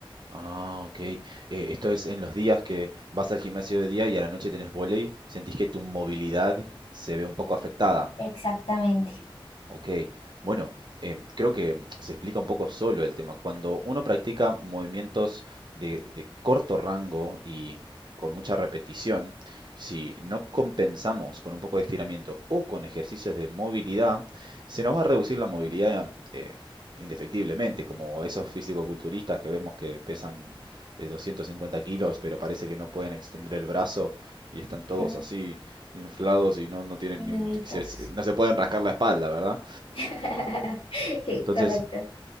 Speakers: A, on the right; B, on the left.
A: Ah, ok. Eh, esto es en los días que vas al gimnasio de día y a la noche tenés vóley, ¿sentís que tu movilidad se ve un poco afectada?
B: Exactamente.
A: Ok, bueno, em, creo que mm, se explica un poco solo el tema. Cuando uno practica movimientos de, de corto rango y con mucha repetición, si no compensamos con un poco de estiramiento o con ejercicios de movilidad, se nos va a reducir la movilidad eh, indefectiblemente, como esos fisicoculturistas que vemos que pesan de 250 kilos, pero parece que no pueden extender el brazo y están todos
B: Mm,
A: así inflados y no, no tienen
B: Y
A: ni
B: duritos.
A: un- se- se- no se pueden rascar la espalda, ¿verdad?
B: <laughs>
A: Entonces,
B: Correcto.